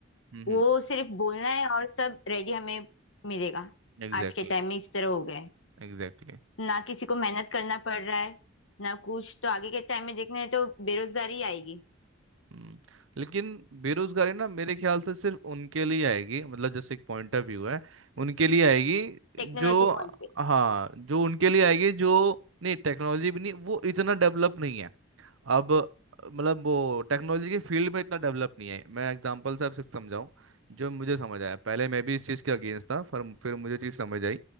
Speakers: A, on the right (about 85°); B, on the left (about 70°).
A: हम्म
B: वो
A: हम्म
B: सिर्फ बोलना है और सब रेडी हमें मिलेगा
A: एग्जैक्टली
B: आज के टाइम में इस तरह हो गया है
A: एग्जैक्टली
B: ना किसी को मेहनत करना पड़ रहा है ना कुछ तो आगे के टाइम में देखना है तो बेरोजगारी आएगी
A: हम्म, लेकिन बेरोजगारी ना मेरे ख्याल से सिर्फ उनके लिए आएगी मतलब जैसे एक पॉइंट ऑफ व्यू है उनके लिए आएगी
B: टेक्नोलॉजी
A: जो
B: पॉइंट पे
A: हाँ जो उनके लिए आएगी जो नहीं टेक्नोलॉजी भी नहीं वो इतना डेवलप नहीं है अब मतलब वो टेक्नोलॉजी के फील्ड में इतना डेवलप नहीं है मैं एग्जांपल से आपसे समझाऊं जो मुझे समझ आया पहले मैं भी इस चीज़ के अगेंस्ट था पर फिर मुझे चीज़ समझ आई